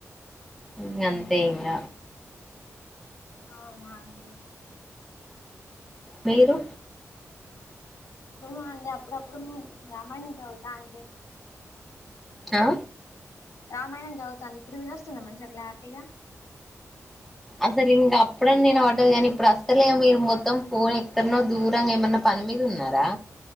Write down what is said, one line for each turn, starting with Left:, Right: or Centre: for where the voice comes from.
Centre: ఇంక అంతే ఇంగ
Left: అవునా అండి
Centre: మీరు
Left: హా అండి అప్పుడప్పుడు ఉహ్మ్ రామాయణం చదువుతాండి
Centre: ఆ
Left: రామాయణం చదువుతున్నా ఇప్పుడు వినస్తోంది మంచిగా క్లారిటీగా
Centre: అసలింగ ఎప్పుడన్నా వినపడది కానీ ఇప్పుడు అసలే ఏమి మొత్తం ఫోన్ ఎక్కడనో దూరంగా ఏమైన్నా పని మీరు ఉన్నారా